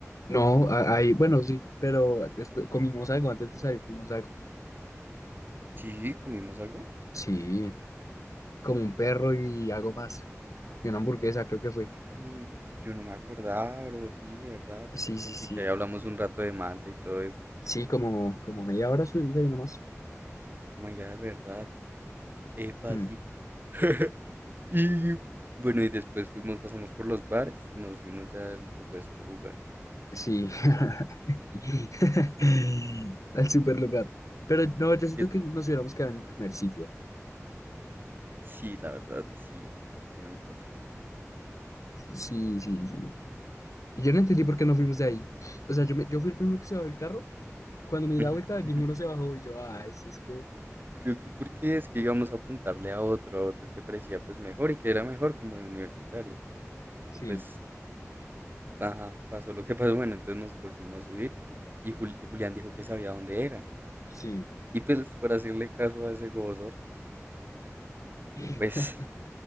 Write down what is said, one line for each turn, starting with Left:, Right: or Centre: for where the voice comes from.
Left: No, a- ahí, bueno, sí, pero después comimos algo antes de salir, comimos algo.
Right: Sí, comimos algo.
Left: Sí, Como un perro y algo más. Y una hamburguesa, creo que fue.
Right: Ay, yo no me acordaba, bro. Sí, verdad.
Left: Sí, sí, sí.
Right: Y que ahí hablamos un rato de Malta y todo eso.
Left: Sí, como, como media hora subimos ahí nomás.
Right: Oh my god, verdad. Epa,
Left: Mm,
Right: sí. <laughs> Y bueno, y después fuimos, pasamos por los bares y nos fuimos ya al supuesto lugar.
Left: Sí. <laughs> Al super lugar. Pero no, yo siento
Right: Que
Left: que nos hubiéramos quedado en el primer sitio.
Right: sí, la verdad, sí, tienes razón.
Left: Sí, sí, sí. Y yo no entendí
Right: Pero
Left: por qué
Right: pues.
Left: nos fuimos de ahí. O sea, yo, me, yo fui el primero que se bajó del carro. Cuando me di
Right: <laughs>
Left: la vuelta, ninguno se bajó. Y yo, ah, eso es que.
Right: Creo que porque es que íbamos a apuntarle a otro, a otro que parecía pues mejor y que era mejor como de universitarios. Pero
Left: Sí,
Right: pues, ajá, pasó lo que <laughs> pasó. Bueno, entonces nos volvimos a subir y Jul- Julián dijo que sabía dónde era.
Left: sí.
Right: Y pues por hacerle caso a ese gordor,
Left: <laughs>
Right: pues